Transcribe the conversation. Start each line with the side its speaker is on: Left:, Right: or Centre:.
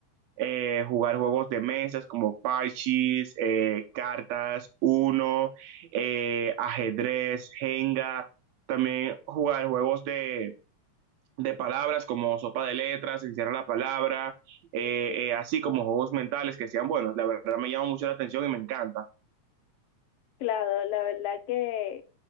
Right: eh, jugar juegos de mesas como parches, eh, cartas, uno, eh, ajedrez, jenga, también jugar juegos de de palabras como sopa de letras, encierra la palabra, eh, eh, así como juegos mentales que sean buenos. La verdad me llama mucho la atención y me encanta.
Left: Claro, la verdad que